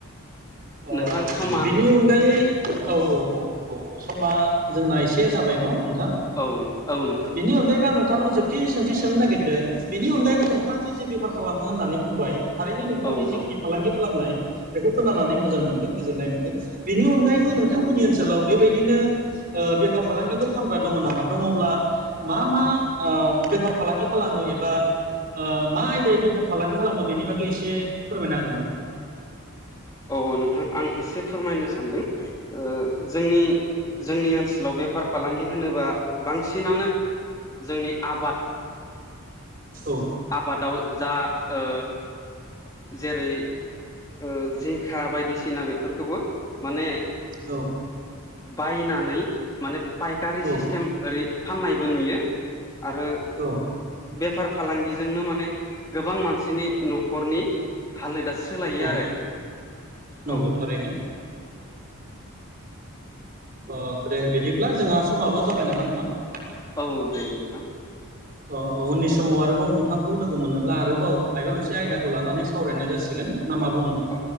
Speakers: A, on the right; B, on the left.
A: अ
B: नोंथां समा
A: बिनि अनगायै औ औ औ। औ औ समा जोंना एसे जाबाय न' नोंथां
B: औ औ नोंथां
A: बिनि अनगायैबो आंनों नोंथांनाव जोबथि सोंथि सोंनो नागिरदों बेनि अनगायैबो नोंथाङा जे जे बेफार खालामो होननानै बुंबाय। थारैनो नोंथांनि
B: औ
A: जिखिनि
B: औ
A: फालांगि खालामनाय बेखौ खोनानानै मोजां मोनदों गोजोननाय मोनदों बेनि अनगायैबो नोंथांमोननि ओनसोलाव बेबायदिनो ओ बेफार फालांगि बेफोर खालामामग्रा दङ नामा दङब्ला मा मा बेफार फालांगि खालामो एबा ओ मा आयदायै बेफार फालांगि खालामो बेनि बागै एसे फोरमायनो हागोन नामा नोंथाङा।
B: औ औ नोंथां आं एसे फोरमायनो सानदों। ओ जोंनि जोंनि ओनसोलाव बेफार फालांगि होनोबा बांसिनानो जोंनि आबाद
A: औ।
B: आबादाव जा ओ जेरै जिंखा बायदिसिना बेफोरखौबो माने
A: औ
B: बायनानै माने फाइकारि
A: औ
B: सिस्टेम ओरै फाननायबो नुयो। आरो
A: औ
B: बेफार फालांगिजोंनो माने गोबां मानसिनि न'खरनि हालोदा सोलायो
A: औ औ
B: आरो
A: नंगौ
B: औ।
A: थारैनो अ दे बिदिब्ला जोंहा समाबो जाबाय नामा नोंथां
B: औ औ दे नोंथा।
A: अ उननि समाव आरोबाव नोंथांखौ लोगो मोनोब्ला आरोबाव माबा मोनसे आयदाखौ लानानै सावरायनाय जासिगोन। ना मा बुङो नोंथाङा?
B: अ